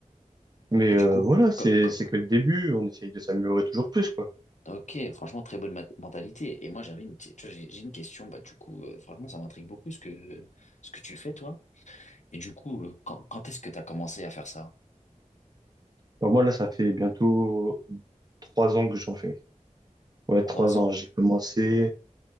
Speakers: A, on the right; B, on the left.
A: Mais
B: Et
A: euh,
B: du coup,
A: voilà, c'est
B: co- co-
A: c'est que le début, on essaye de s'améliorer toujours plus, quoi.
B: ok, franchement, très bonne mat- mentalité. Et moi, j'avais une, petite- tu vois, j'ai j'ai une question. Bah, du coup, euh, franchement, ça m'intrigue beaucoup ce que, ce que tu fais, toi. Et du coup, euh, quand, quand est-ce que tu as commencé à faire ça?
A: Bah, moi, là, ça fait bientôt trois ans que j'en fais. Ouais,
B: Trois
A: trois
B: ans.
A: ans. J'ai commencé,